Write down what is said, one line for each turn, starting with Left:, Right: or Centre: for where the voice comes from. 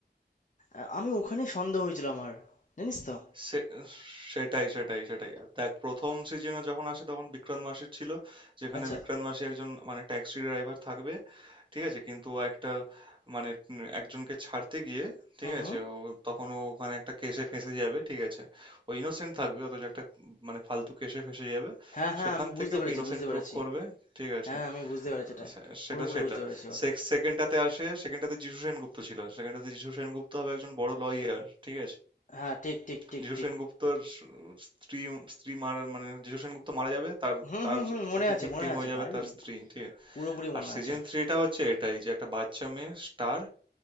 Left: আ- আমি ওখানেই সন্দেহ হয়েছিল আমার জানিস তো
Right: সে- সেটাই সেটাই সেটাই আর দেখ প্রথম সিজনে যখন আসে তখন বিক্রান্ত মাসি ছিল যেখানে
Left: আচ্ছা
Right: বিক্রান্ত মাসি একজন মানে ট্যাক্সি ড্রাইভার থাকবে ঠিক আছে কিন্তু ও একটা মানে উম একজনকে ছাড়তে গিয়ে ঠিক
Left: হুম হুম
Right: আছে ও তখন ও ওখানে একটা কেসে ফেঁসে যাবে ঠিক আছে ও ইনোসেন্ট থাকবে অথচ একটা মানে ফালতু কেসে ফেঁসে যাবে
Left: হ্যাঁ হ্যাঁ
Right: সেখান
Left: আমি বুঝতে
Right: থেকে
Left: পেরেছি
Right: ওকে ইনোসেন্ট
Left: বুঝতে পেরেছি
Right: প্রুভ করবে ঠিক আছে
Left: হ্যাঁ আমি বুঝতে পেরেছি এটাই
Right: সে- সেটা
Left: পুরোপুরি
Right: সেটা
Left: বুঝতে পেরেছি এবার
Right: সে- সেকেন্ডটাতে আসে সেকেন্ডটাতে যীশু সেনগুপ্ত ছিল সেকেন্ডটাতে যীশু সেনগুপ্ত হবে একজন বড় লয়ার ঠিক আছে
Left: হ্যাঁ ঠিক ঠিক ঠিক
Right: যীশু
Left: ঠিক
Right: সেনগুপ্তর স- স্ত্রী স্ত্রী মারা মানে যীশু সেনগুপ্ত মারা যাবে তার
Left: হুম
Right: তার
Left: হুম হুম মনে
Right: এতে
Left: আছে
Right: ভিকটিম
Left: মনে আছে
Right: হয়ে যাবে
Left: ভাই
Right: তার স্ত্রী ঠিক আছে
Left: পুরোপুরি
Right: আর
Left: মনে
Right: সিজন
Left: আছে
Right: থ্রিটা হচ্ছে এটাই যে একটা বাচ্চা মেয়ে স্টার